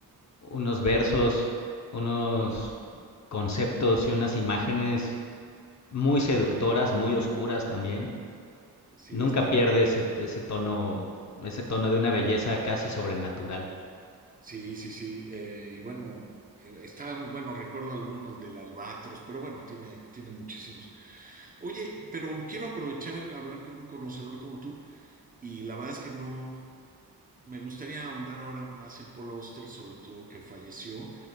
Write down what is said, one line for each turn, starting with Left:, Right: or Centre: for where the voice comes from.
Left: unos versos, unos conceptos y unas imágenes muy seductoras, muy oscuras también.
Right: Sí,
Left: Nunca
Right: este
Left: pierde
Right: de la...
Left: ese, ese tono, ese tono de una belleza casi sobrenatural.
Right: Sí, sí, sí. eh, y bueno, eh, está, un- bueno, recuerdo alguno, el del Albatros, pero bueno, tiene, tiene muchísimos. Oye, pero quiero aprovechar a hablar con un conocedor como tú y la verdad es que no me gustaría ahondar ahora más en Paul Oster, sobre todo que falleció.